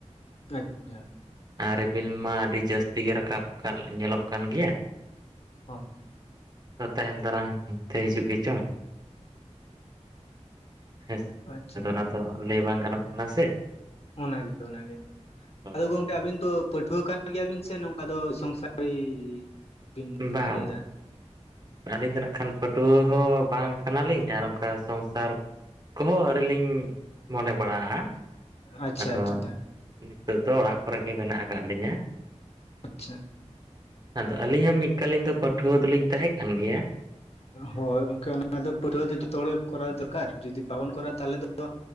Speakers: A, on the left; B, on the right.
A: ᱟᱪᱪᱷᱟ,
B: ᱟᱨ ᱨᱤᱢᱤᱞ ᱢᱟ ᱟᱹᱰᱤ ᱡᱟᱹᱥᱛᱤ ᱜᱮ ᱨᱟᱠᱟᱵ ᱠᱟᱫ ᱧᱮᱞᱚᱜ ᱠᱟᱱ ᱜᱮᱭᱟ᱾
A: ᱦᱳᱣ,
B: ᱟ <unintelligible> ᱛᱟᱭᱚᱢ ᱫᱟᱨᱟᱢ ᱛᱮ ᱦᱤᱡᱩᱜ ᱜᱮ ᱪᱚᱝ, ᱦᱮᱸᱥᱮ
A: ᱟᱪᱪᱷᱟ
B: ᱟᱫᱚ ᱚᱱᱟ ᱛᱚ ᱞᱟᱹᱭ ᱵᱟᱝ ᱜᱟᱱᱚᱜ ᱠᱟᱱᱟ ᱥᱮ᱾
A: ᱚᱱᱟ ᱜᱮ ᱛᱚ
B: ᱦᱳᱭ
A: ᱟᱫᱚ ᱜᱚᱝᱠᱮ
B: ᱦᱳᱭ
A: ᱟᱵᱤᱱ ᱫᱚ ᱯᱟᱹᱴᱷᱩᱣᱟᱹ ᱠᱟᱱ ᱜᱮᱭᱟᱵᱤᱱ ᱥᱮ ᱱᱚᱝᱠᱟ ᱫᱚ ᱥᱚᱝᱥᱟᱨᱤ ᱵᱤᱱ ᱤᱭᱟᱹᱭᱮᱫᱟ
B: ᱵᱟᱝ ᱟᱹᱞᱤᱧ ᱫᱚ ᱦᱟᱜᱠᱷᱟᱱ ᱯᱟᱹᱴᱷᱩᱣᱟᱹ ᱦᱚᱸ ᱵᱟᱝ ᱠᱟᱱᱟᱞᱤᱧ ᱟᱨ ᱚᱱᱠᱟ ᱥᱚᱝᱥᱟᱨ ᱠᱚᱦᱚᱸ ᱟᱹᱣᱨᱤ ᱞᱤᱧ ᱢᱚᱱᱮ ᱵᱟᱲᱟᱜ-ᱟ᱾
A: ᱟᱪᱪᱷᱟ
B: ᱟᱫᱚ
A: ᱟᱪᱪᱷᱟ
B: ᱱᱤᱛᱚᱜ ᱫᱚ ᱚᱲᱟᱜ ᱠᱚᱨᱮᱜ ᱜᱮ ᱢᱮᱱᱟᱜ ᱟᱠᱟᱜ ᱞᱤᱧᱟᱹ᱾
A: ᱟᱪᱪᱷᱟ
B: ᱟᱫᱚ ᱟᱹᱞᱤᱧ ᱦᱚᱸ ᱢᱤᱫ ᱠᱟᱞᱤᱱ ᱫᱚ ᱯᱟᱹᱴᱷᱩᱣᱟᱹ ᱫᱚᱞᱤᱧ ᱛᱟᱦᱮᱸ ᱠᱟᱱ ᱜᱮᱭᱟ᱾
A: ᱦᱳᱣ ᱜᱚᱝᱠᱮ ᱚᱱᱟᱫᱚ ᱯᱟᱹᱴᱷᱩᱣᱟᱹ ᱫᱚ ᱡᱷᱚᱛᱚ ᱦᱚᱲ ᱜᱮ ᱠᱚᱨᱟᱣ ᱫᱚᱨᱠᱟᱨ ᱡᱩᱫᱤ ᱵᱟᱵᱚᱱ ᱠᱚᱨᱟᱣᱟ ᱛᱟᱦᱚᱞᱮ ᱫᱚ